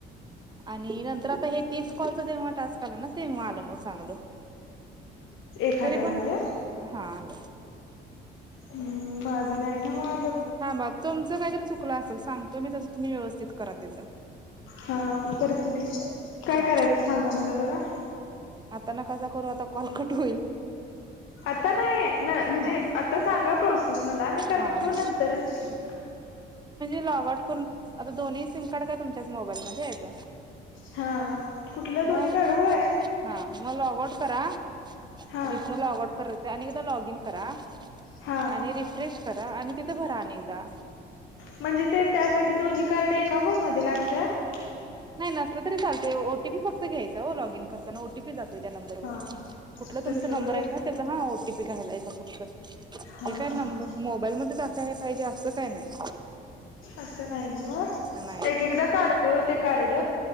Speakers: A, on the right (about 20°); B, on the left (about 70°).
A: आणि नंतर आता हे तीस कॉलच जेव्हा टास्क आला ना, तेव्हा आलं मग चांगलं.
B: एक
A: तरी
B: हजार
A: पण,
B: आलं
A: हा आल.
B: हम्म माझं नाय ना व आलो.
A: थांबा तूमचं काहीतरी चुकलं असेल, सांगतो मी तसं तुम्ही व्यवस्थित करा त्याच.
B: हा करतु की, काय
A: हा
B: करायचं सांगा मला जरा?
A: आता नकासा करू आता कॉल कट होईल.
B: आता नाही म्हणजे
A: हा
B: आता सांगा प्रोसेस. मला मी करतो
A: हा हा
B: नंतरच कि
A: लॉगट करून, आता दोन्ही सिम कार्ड काय तुमच्याच मोबाईलमध्ये आहेत.
B: हा कुठलं
A: मग,
B: दोन्ही कार्ड होय
A: हा मग लॉग आउट करा.
B: हा
A: तिथन लॉगउट करायचं आणि एकदा लॉग इन करा
B: हा
A: आणि <unintelligible> खरा आणि तिथं भरा आणि एकदा.
B: म्हणजे ते त्यासाठी दोन्ही कार्ड एका फोन मध्ये लागतात?
A: नाही नसलं तरी चालते, ओटीपी फक्त घ्यायचं हो लॉग इन करताना ओटीपी जातोय त्या नंबर वर,
B: हा हा
A: कुठला तुमच
B: तस
A: नंबर
B: व्हय
A: आहेत ना त्याचा हा ओटीपी घालायचा फक्त.
B: हा
A: हे काय
B: हा
A: ना मग, मोबाईल मध्येच असा हे पाहिजे असं काही नाही.
B: असं नाही ना मग
A: नाही
B: एक एकदा काढतोय ते कार्ड.